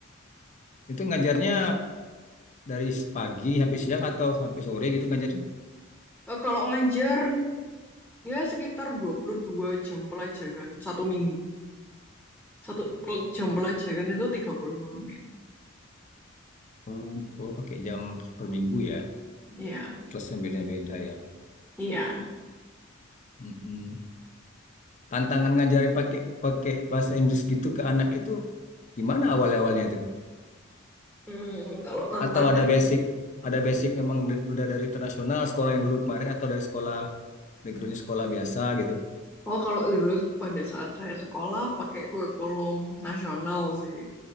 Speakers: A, on the left (about 35°); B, in the centre.
A: itu ngajarnya dari pagi sampai siang atau sampai sore gitu ngajarnya?
B: Eh, Kalau ngajar ya sekitar 22 jam pelajaran satu minggu. Satu pel- jam pelajaran itu 35 menit.
A: Oh, oh pakai jam per minggu ya.
B: Iya.
A: Kelasnya beda-beda ya.
B: Iya.
A: Mm-mm. Tantangan ngajarin pakai pakai bahasa Inggris gitu ke anak itu gimana awal-awalnya itu?
B: Hmm, kalau tantangan.
A: atau ada basic ada basic memang d- udah dari internasional sekolah yang dulu kemarin atau dari sekolah backgroundnya sekolah biasa gitu
B: Oh, kalau dulu pada saat saya sekolah pakai kurikulum nasional sih.